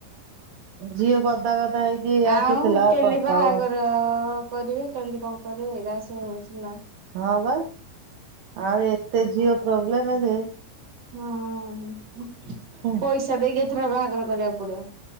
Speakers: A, on the right; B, on the right.
A: ଝିଅ ଗଦାଗଦ ହେଇକି
B: ଆଉ
A: ଆସୁଥିଲା
B: କେମିତି
A: ପ୍ରସ୍ତବ।
B: ବାହାଘର କରିବେ କେମିତି କଣ କରିବେ, ଏଇରାସ ହଉଥିଲା।
A: ହଁ ବା ଆଉ ଏତେ ଝିଅ ପ୍ରୋବ୍ଲେମ ହେ ଯେ
B: ହଁ
A: ହଁ
B: ପଇସା ଦେଇକି ଏଥର ବାହାଘର କରିବାକୁ ପଡିବ।